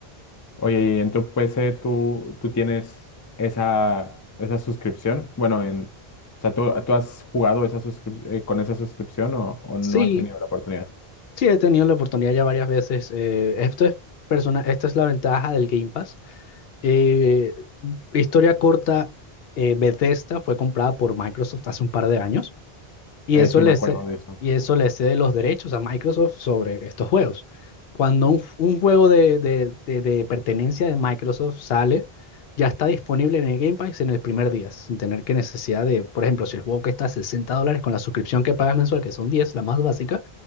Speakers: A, on the left (about 30°); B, on the left (about 75°).
A: Oye, y en tu PC tú, tú tienes esa, esa suscripción. Bueno, en, o sea, ¿tú, tú has jugado esa suscrip- eh, con esa suscripción o, o no
B: Sí,
A: has tenido la oportunidad?
B: sí, he tenido la oportunidad ya varias veces. eh, esto es persona, esta es la ventaja del Game Pass. Eh, historia corta, eh, Bethesda fue comprada por Microsoft hace un par de años. Y
A: Eh,
B: eso
A: sí,
B: le
A: me acuerdo
B: ce-
A: de eso.
B: y eso le cede los derechos a Microsoft sobre estos juegos. Cuando un, un juego de, de, de- de pertenencia de Microsoft sale, ya está disponible en el Game Pass en el primer día, sin tener que necesidad de, por ejemplo, si el juego cuesta 60 dólares con la suscripción que pagas mensual, que son 10 la más básica,